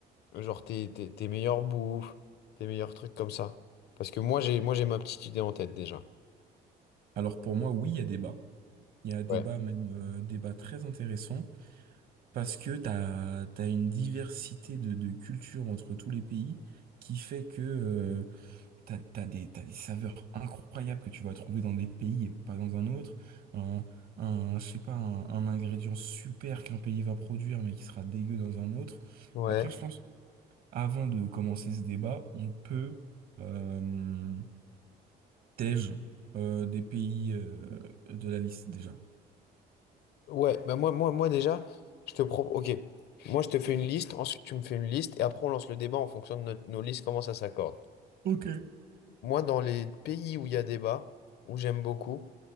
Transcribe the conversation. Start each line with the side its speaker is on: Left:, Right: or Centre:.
Left: genre tes, tes, tes meilleures bouffes, tes meilleurs trucs comme ça. Parce que moi, j'ai moi j'ai ma petite idée en tête déjà.
Right: Alors pour moi, oui, il y a débat. Il y a débat,
Left: Ouais.
Right: même euh, débat très intéressant, parce que t'as t'as une diversité de, de cultures entre tous les pays qui fait que euh, t'as t'as des, t'as des saveurs incroyables que tu vas trouver dans des pays et pas dans un autre. Un, un, je sais pas, un, un ingrédient super qu'un pays va produire mais qui sera dégueu dans un autre.
Left: Ouais.
Right: Après, je pense, avant de commencer ce débat, on peut euh, tège euh, des pays euh, de la liste déjà.
Left: Ouais, bah moi, moi, moi déjà, je te propose. Ok, moi je te fais une liste, ensuite tu me fais une liste, et après on lance le débat en fonction de notre- nos listes, comment ça s'accorde.
Right: Ok.
Left: Moi, dans les pays où il y a débat, où j'aime beaucoup,